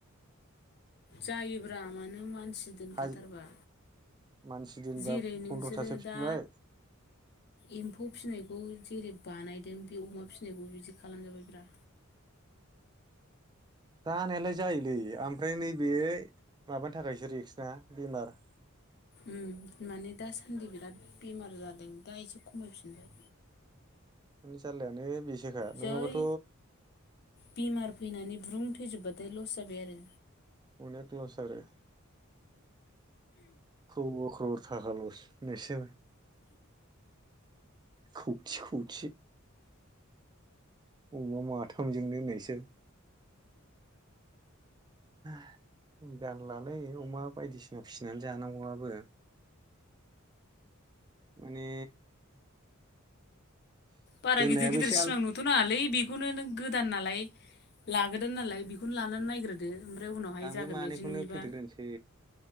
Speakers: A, on the left; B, on the right.
A: जायोब्रा मानो मानसि दोनखाथारबा।
B: हाज मानसि दोनबा
A: जेरै नोंसोरो
B: फन्द्रथासो फिबाय
A: दा एम्फौ फिसिनायखौ जेरै बानायदों बे अमा फिनायखौ बिदि खालामजाबाय ब्रा।
B: जानायालाय जायोलै ओमफ्राय नैबे माबानि थाखायसो रिक्स ना बेमार
A: उम माने दासान्दि बिराद बेमार जादों दा एसे खमायफिनबाय।
B: मानि जाल्लायानो बेसोखा नङाबाथ'
A: जै बेमार फैनानै ब्रुं थैजोबबाथाय लस जाबाय आरो।
B: अनेक लस आरो। ख्रर ख्रर थाखा लस होननायसो जाबाय। कौटि कौटि। अमा माथामजोंनो होननायसो <unintelligible> लालै अमा बायदिसिना फिसिनानै जानांगौवाबो। बो। माने
A: बारा
B: दोननायाबो
A: गिदिर गिदिर
B: एसे
A: सिमां नुथ'नाङालै बेखौनो नों गोदान नालाय लाग्रोदो नालाय बेखौनो लानानै नायग्रोदो। ओमफ्राय उनावहाय
B: आं
A: जागोन
B: बे मानैखौनो
A: बायदि नुयोबा
B: फेदेरग्रोनोसै।